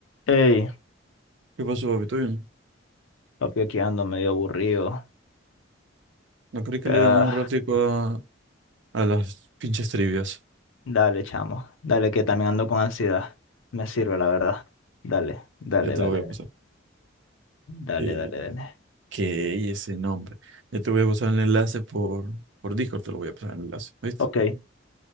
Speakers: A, on the left; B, on the right.
A: Ey,
B: ¿Qué pasó, papi? ¿Todo bien?
A: papi, aquí ando medio aburrido.
B: ¿No crees que
A: Ah,
B: le demos un ratico a, a las pinches trivias?
A: dale, chamo. Dale, que también ando con ansiedad. Me sirve, la verdad. Dale, dale,
B: Ya te
A: dale.
B: lo voy a pasar.
A: Dale,
B: Eh,
A: dale, dale.
B: ¿qué es ese nombre? Ya te voy a pasar el enlace por, por Discord, te lo voy a pasar el enlace, ¿viste?
A: Ok, a